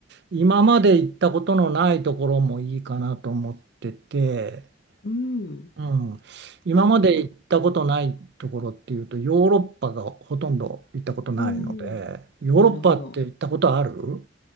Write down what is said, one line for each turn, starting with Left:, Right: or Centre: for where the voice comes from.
Right: 今まで行ったことのないところもいいかなと思ってて、
Left: うん。
Right: うん、今まで行ったことないところっていうとヨーロッパがほとんど行ったことないのでヨーロッパって行ったことある
Left: なるほど。おお、なるほど。